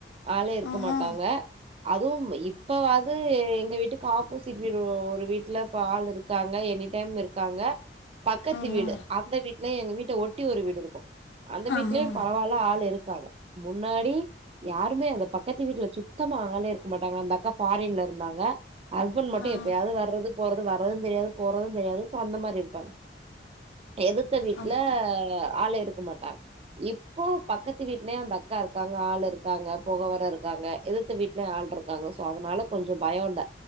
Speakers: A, on the right (about 35°); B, on the left (about 75°).
A: ஆளே இருக்க
B: ஆஹா
A: மாட்டாங்க அதுவும் இப்பவாது எங்க வீட்டுக்கு ஆப்போசிட் வீடு ஒரு வீட்டுல இப்ப ஆள் இருக்கு இருக்காங்க எனி டைம் இருக்காங்க பக்கத்து
B: ஆஹா
A: வீடு அந்த வீட்ல எங்க வீட்ட ஒட்டி ஒரு வீடு இருக்கும் அந்த வீட்லயும்
B: ஆஹா
A: பரவாயில்ல ஆள் இருக்காங்க முன்னாடி யாருமே அந்த பக்கத்து வீட்டுல சுத்தமா ஆளே இருக்க மாட்டாங்க அந்த அக்கா ஃபாரின்ல இருந்தாங்க ஹஸ்பண்ட் மட்டும்
B: ஆ
A: எப்பயாது வர்றது போறது வ வர்றதும் தெரியாது போறதும் தெரியாது சோ அந்த மாரி இருப்பாங்க எதுத்த வீட்டுல
B: அப்
A: ஆளே இருக்க மாட்டாங்க இப்போ பக்கத்து வீட்லயு அந்த அக்கா இருக்காங்க ஆள் இருக்காங்க போக வர இருக்காங்க எதிர்த்த வீட்லயும் ஆள் இருக்காங்க சோ அதனால கொஞ்சம் பயம் இல்ல